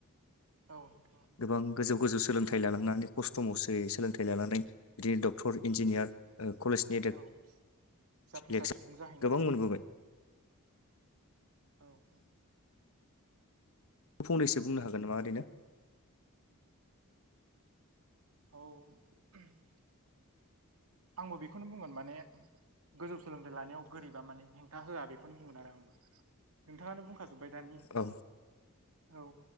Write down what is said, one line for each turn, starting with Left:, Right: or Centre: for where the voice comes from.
Right: औ
Left: गोबां गोजौ गोजौ सोलोंथाइ लालांनानै खस्थ' मस्थ'यै सोलोंथाइ लानानै बिदिनो डक क्टर इन्जिनियार ओ कलेजनि
Right: औ जाफुंसार
Left: लेक <inaudible>
Right: सुबुं
Left: सा
Right: जाहैनो
Left: गोबां
Right: हानाय
Left: मोनबो
Right: औ औ
Left: फंनैसो बुंनो हागोन ना ओरैनो
Right: औ <inaudible> आंबो बेखौनो बुंगोन माने गोजौ सोलोंथाइ लानायाव गोरिबा माने हेंथा होआ बेखौनो बुंगोन आरो आंबो नोंथाङानो बुंखाजोबबाय दानि
Left: औ
Right: औ